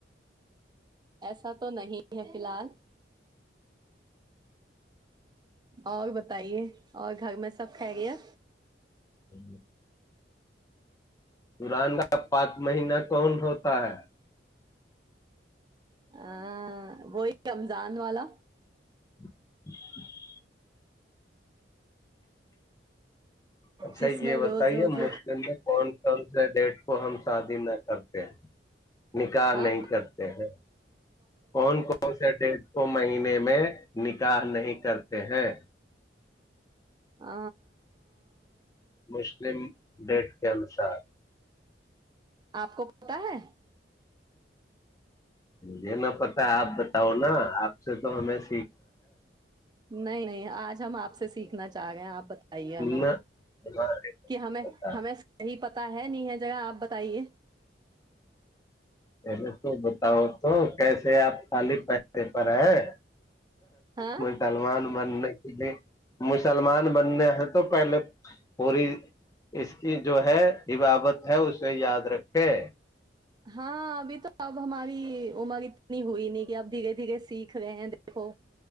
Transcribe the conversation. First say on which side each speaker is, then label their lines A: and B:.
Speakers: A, on the right (about 25°); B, on the left (about 20°).
A: ایسا تو نہیں ہے فی الحال اور بتائیے اور گھر میں سب کھا گیا
B: ہی قران کا پاک مہینہ کون ہوتا ہے
A: ا وہی رمضان والا
B: <inaudible> اچھا
A: جس میں
B: یہ
A: روز
B: بتائیے
A: روز
B: مشکل میں کون کون سے ڈیٹ کو ہم شادی نہ کرتے ہیں نکح
A: ہاں
B: نہیں کرتے ہیں کون کون سے ڈ مہینے میں نکاح نہیں کرتے ہیں
A: آ
B: مسلم ڈیٹ کے انسار
A: آپ کو پتا ہے
B: یہ نہ پتا ہے آپ بتاؤ نا آپ سے تو ہش
A: نہیں نہیں آج ہم آپ سے سیکھنا چاہ رہے ہیں آپ ب ے ہمیں
B: نہ ہمارے
A: کہ ہمیں
B: پتا
A: ہمیں صحی پتا پتا ہے نہیں ہے جگہ آپ بتائیے
B: پے س بتاؤو تو کیسے آپ خالی پیسے پر ہے
A: ہاں
B: م تلوان بننے کے لیے مجھے مسلمان بننے ہیں تو پہلے پوری اس کی جو ہے حبابت ہے اسے یاد رکھے
A: ہاں ابھی تو اب ہماری عمر اتنی ہوئی نہیں کہ اب دھیرے دھیر سیکھ گئے ہیں دیکھو